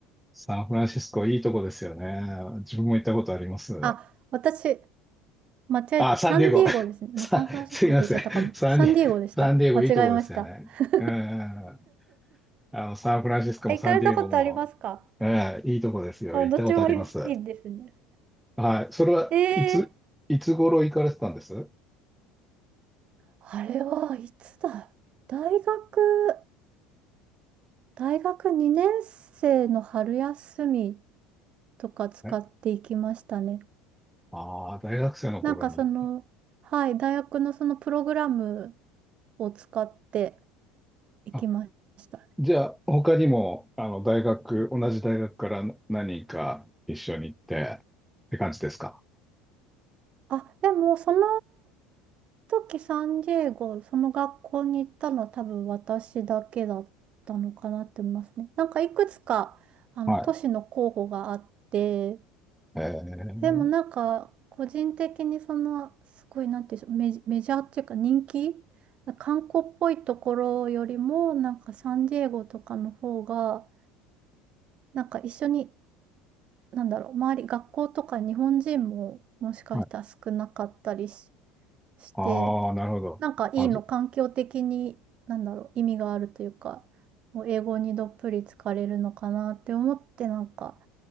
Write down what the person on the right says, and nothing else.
あ、私間違えてサンディエゴですね。
今サンフランシスコって言っちゃったかも。
サンディエゴでした。
間違えました。<laughs>
え、行かれたことありますか
あ、
どっちもいい、いいですね。
えー
あれはいつだ大学、大学2年生の春休みとか使っていきましたね。
なんかその、はい、大学のそのプログラムを使っていきましたね。
あ、でもその時サンディエゴ、その学校に行ったのは多分私だけだったのかなって思いますね。なんかいくつか、あの、
都市の候補があって、
でもなんか、個人的にその、すごいなんていうんでしょう、メジ、メジャーっていうか人気観光っぽいところよりも、なんかサンディエゴとかの方が、なんか一緒に、なんだろう、周り、学校とか日本人ももしかしたら少なかったりし、
して、
なんかいいの、
環境的に、なんだろう、意味があるというか、もう英語にどっぷり浸かれるのかなって思って、なんか